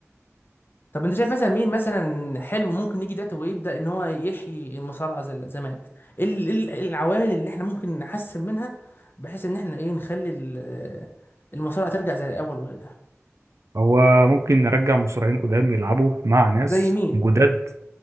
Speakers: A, on the left; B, on the right.
A: طب انت شايف مثلا مين مثلا حلو ممكن يجي دلوقتي ويبدا ان هو يحيي المصارعه زي زمان ايه ال- إيه ال- إيه العوامل اللي احنا ممكن نحسن منها بحيث ان احنا ايه نخلي ال- المصارعه ترجع زي الاول وكده
B: هو ممكن نرجع مصارعين قدام يلعبوا مع ناس
A: زي مين
B: جداد